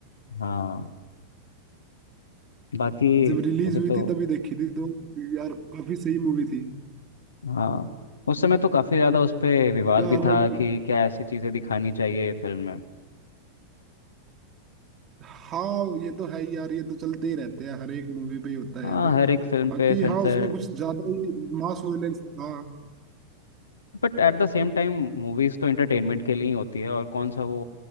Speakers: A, on the left; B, on the right.
A: हाँ बाकी
B: जब रिलीज
A: अभी
B: हुई
A: तो
B: थी तभी देखी थी तो यार काफी सही मूवी थी
A: हाँ उस समय तो काफी ज्यादा उस पे विवाद
B: क्या
A: भी
B: अलग
A: था कि क्या ऐसी चीजें दिखानी चाहिए फिल्म में
B: हाँ ये तो है ही यार ये तो चलते ही रहते हैं हर एक मूवी पे ही होता है
A: हाँ
B: ये तो
A: हर एक फिल्म
B: बाकी
A: पे censor
B: हाँ उसमें कुछ ज्यादा ही मास वायलेंस था
A: But at the same time movies तो एंटरटेनमेंट के लिए ही होती है और कौन सा वो